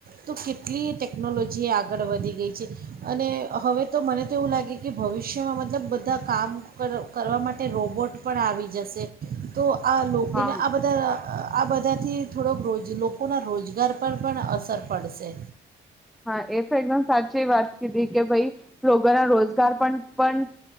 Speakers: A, on the right; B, in the centre.
A: તો કેટલી ટેકનોલોજી આગળ વધી ગઈ છે. અને હવે તો મને તો એવું લાગે કે ભવિષ્યમાં મતલબ બધા કામ કર કરવા માટે રોબોટ પણ આવી જશે તો આ લોકો
B: હા
A: એને આ બધા આ બધાથી થોડોક રોજ લોકોના રોજગાર પર પણ અસર પડશે
B: હા એ તો એકદમ સાચી વાત કીધી કે ભાઈ લોકોના રોજગાર પણ પણ